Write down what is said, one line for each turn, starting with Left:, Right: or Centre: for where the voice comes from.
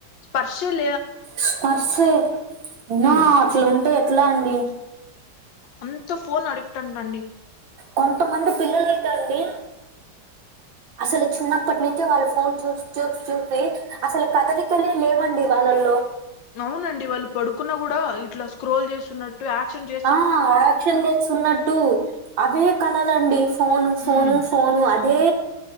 Left: స్పర్శల్
Right: స్పర్సె న్నా
Left: ఉమ్,
Right: అట్లుంటే ఎట్ల అండి
Left: అంత ఫోన్ అడిక్ట్ అంటండి
Right: కొంతమంది పిల్లల్ అయితండి అసలు చిన్నప్పటి నుంచి వాళ్ళు ఫోన్ చూస్ చూస్ చూసి అసలు కదలికలే లేవండి వాళ్ళల్లో
Left: అవునండి వాళ్ళు పడుకున్న కూడా ఇట్లా స్క్రోల్ చేస్తున్నట్ టు యాక్షన్ జ్
Right: ఆ ఆక్షన్ చేస్తున్నట్టు అదే కలలండి ఫోను ఫోను
Left: హ్మ్.
Right: ఫోను అదే